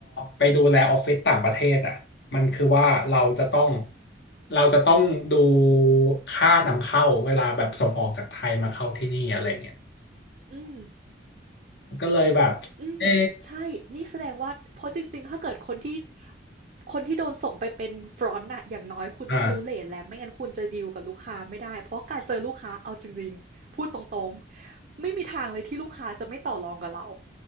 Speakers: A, on the left; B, on the right.
A: ไปดูแลออฟฟิศต่างประเทศอ่ะมันคือว่าเราจะต้องเราจะต้องดูค่านำเข้าเวลาแบบส่งออกจากไทยมาเข้าที่นี่อะไรเงี้ย
B: อืม
A: ก็เลยแบบเออ
B: อืมใช่นี่แสดงว่าเพราะจริงๆ ถ้าเกิดคนที่คนที่โดนส่งไปเป็น front น่ะอย่างน้อยคุณต้องรู้เรทแล้วไม่งั้นคุณจะดีลกับลูกค้าไม่ได้เพราะการเจอลูกค้าเอาจริงๆพูดตรงๆไม่มีทางเลยที่ลูกค้าจะไม่ต่อรองกับเรา
A: อ่า